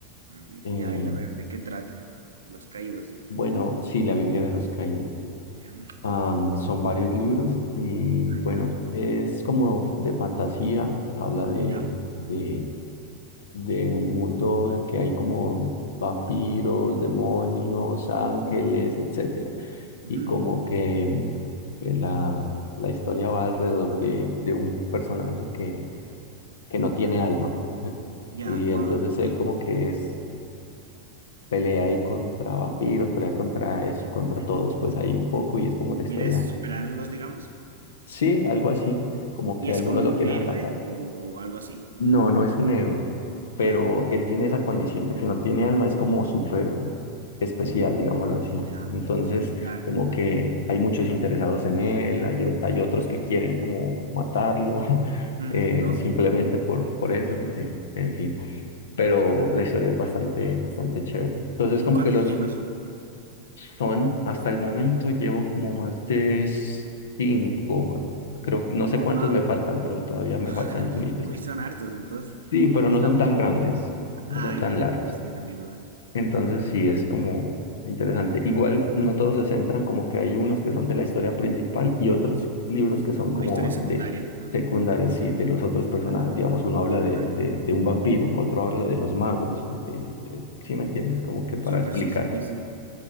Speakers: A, on the right; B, on the left.
A: Mm,
B: Em,
A: Y ahí a ver de qué trata. De los caídos, dices,
B: bueno,
A: ¿no?
B: sí, La Biblia de los Caídos.
A: Ya.
B: Am, son varios libros y
A: Ah,
B: bueno,
A: ya,
B: es como de fantasía, habla de,
A: ya,
B: de, del mundo que hay como vampiros, demonios, ángeles, etcétera.
A: ujú,
B: Y como que, mm, que la, la historia va alrededor de, de un personaje que, que no tiene alma.
A: ya,
B: Y
A: wow,
B: entonces
A: ok.
B: él como que es, pelea ahí contra vampiros, pelea contra eso, contra
A: ujú.
B: todos, pues ahí un poco y es como la historia
A: La idea es superarlos, digamos.
B: Sí, algo así, como
A: ¿Y
B: que
A: es
B: algunos
A: como
B: lo
A: un
B: quieren
A: héroe
B: atacar.
A: o algo así?
B: No, no es un héroe,
A: Ya,
B: pero él tiene esa condición de que no tiene alma, es como súper especial, digámoslo así.
A: ya,
B: Entonces,
A: claro.
B: como que hay muchos interesados en él, hay, o- hay otros que quieren como matarlo, <laughs>
A: ujú,
B: eh,
A: obvio.
B: simplemente por, por eso, eh, en fin. Pero la historia es bastante, bastante chévere. Entonces,
A: ¿Y
B: como
A: cuántos
B: que los,
A: libros son?
B: son, hasta el momento llevo como más de cinco. Creo, no sé
A: Ah,
B: cuántos
A: wow.
B: me faltan, pero todavía me
A: <laughs>
B: faltan algunos.
A: Uy, son hartos entonces.
B: Sí, pero
A: Y
B: no
A: son-
B: son tan
A: son-
B: grandes, no
A: Ah,
B: son tan
A: ya,
B: largos.
A: esa era mi duda.
B: Entonces sí es como interesante. Igual no todos se centran, como que hay unos que son de la historia principal y otros libros que son
A: Como
B: como
A: una historia
B: de
A: secundaria, digamos.
B: secundarios y de los otros personajes.
A: Ah,
B: Digamos, uno habla de,
A: ah,
B: de,
A: ya, ya.
B: de un vampiro, otro habla de los magos. de- de- ¿sí me entiendes? Como que para
A: Súper,
B: explicar.
A: sí, sí, sí, sí.